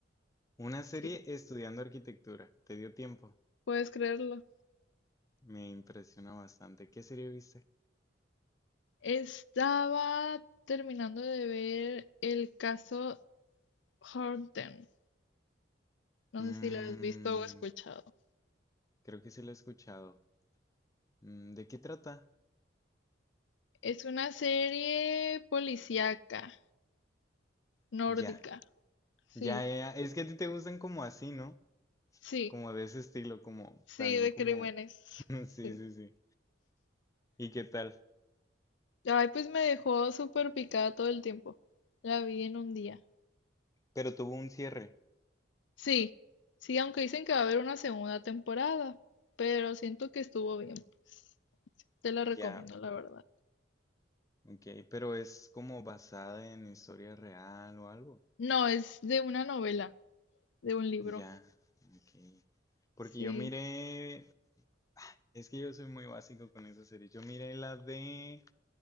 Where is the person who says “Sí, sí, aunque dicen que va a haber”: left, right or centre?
Left